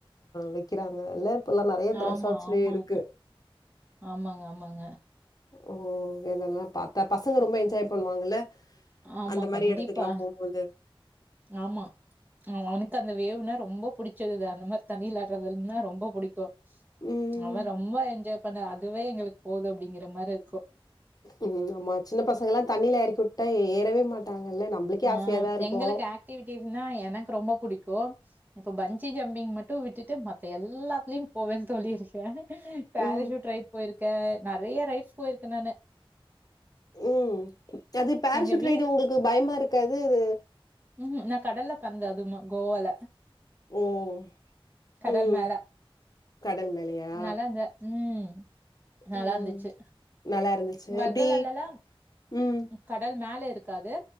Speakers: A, on the left (about 40°); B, on the right (about 20°).
A: வக்கிறாங்கல்ல இப்பல்லா நெறய இந்த
B: ஆமா,
A: ரெசார்ட்ஸ்லயே
B: ஆமாங்க.
A: இருக்கு
B: ஆமாங்க, ஆமாங்க.
A: ஓ இதெல்லா பாத்தா பசங்க ரொம்ப என்ஜாய் பண்ணுவாங்கல்ல
B: ஆமா
A: அந்த
B: கண்டிப்பா
A: மாரி எடத்துக்குலாம் போம்போது.
B: ஆமா ஆமா அவனுக்கு அந்த வேவ்னா ரொம்ப புடிச்சது அது அந்த மாரி தண்ணில விளாடுறதுன்னா ரொம்ப புடிக்கு
A: ம்.
B: அவ ரொம்ப என்ஜாய் பண்ண அதுவே எங்களுக்கு போதும் அப்டிங்கிற மாரி இருக்கு
A: ம் ஆம்மா சின்ன பசங்கல்லா தண்ணியில எறக்கி உட்டா எ ஏறவே மாட்டாங்கல்ல நம்பளுக்கே
B: ஆ
A: ஆசையாதா இருக்கு
B: எங்களுக்கு ஆக்டிவிட்டீஸ்னா எனக்கு ரொம்ப புடிக்கு இப்ப பன்ஜி ஜம்பிங் மட்டு விட்டுட்டு மத்த எல்லாத்துலயு போவே தோழி பேரஷூட்
A: ம்.
B: ரைட் போயிருக்கே நெறைய ரைட்ஸ் போயிருக்கே நானு
A: ம் அது பேரசூட்
B: எங்க வீட்
A: ரைடு உங்களுக்கு பயமா இருக்காது அது
B: ம் நா கடல்ல கந்த அதும கோவால
A: ம்
B: கடல்
A: ம்
B: மேல.
A: கடல் மேலயா
B: நல்லா இருந்த ம் நல்லா
A: ம்.
B: இருந்துச்சி
A: நல்லா இருந்துச்சு.
B: வர்கலாலல
A: எப்டி? ம்.
B: கடல் மேலே இருக்காது